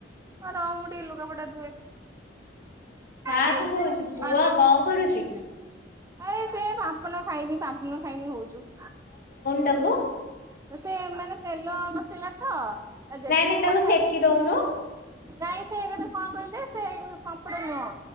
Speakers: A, on the right (about 15°); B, on the left (about 55°).
A: ରହ ମୁଁ ଟିକେ ଲୁଗାପଟା ଧୁଏ।
B: କାହାକୁ
A: ଆଜି ଆସିଲେ
B: କହୁଛୁ ପୁଅ
A: <unintelligible>
B: କଣ କରୁଛି?
A: ଏଇ ସେ ପାପନ ଖାଇବି ପାପନୁ ଖାଇବି ହଉଚୁ।
B: ଦବୁ।
A: ସେ ମାନେ ତେଲ ନଥିଲା ତ ତା ଜେଜେକୁ
B: ନାଇଁ ନାଇଁ ତାକୁ
A: ପଠାଏ।
B: ସେକି ଦଉନୁ
A: ନାଇଁ ସେ ଗୋଟେ କଣ କହିଲେ ସେ ପାମ୍ପଡ ନୁହଁ।